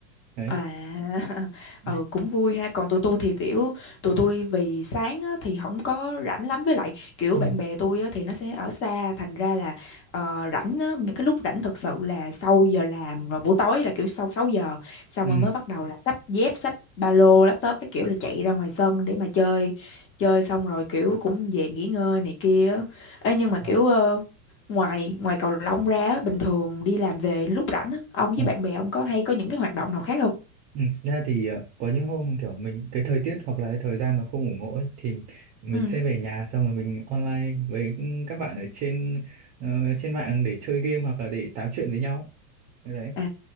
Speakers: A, on the right; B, on the left.
A: đấy
B: À, <laughs>
A: <laughs>
B: ừ, cũng vui ha. Còn tụi tôi thì kiểu tụi tôi vì sáng á, thì không có rảnh lắm với lại kiểu
A: ừ
B: bạn bè tôi á, thì nó sẽ ở xa thành ra là ờ, rảnh á, những cái lúc rảnh thực sự là sau giờ làm rồi buổi tối là kiểu sau 6 giờ xong
A: ừ
B: rồi mới bắt đầu là xách dép xách ba lô laptop cái kiểu là chạy ra ngoài sân để mà chơi chơi xong rồi kiểu cũng về nghỉ ngơi này kia á. Ê, nhưng mà kiểu
A: ờ
B: ờ, ngoài ngoài cầu lông ra á, bình thường đi làm về lúc rảnh á, ông với
A: ờ
B: bạn bè ông có hay có những cái hoạt động nào khác không?
A: Ừ, ra thì ờ, có những hôm kiểu mình cái thời tiết hoặc là cái thời gian nó không ủng hộ ấy, thì mình
B: Ừ.
A: sẽ về nhà xong rồi mình online với các bạn ở trên ờ, trên mạng để chơi game hoặc là để tám chuyện với nhau đấy đấy.
B: À,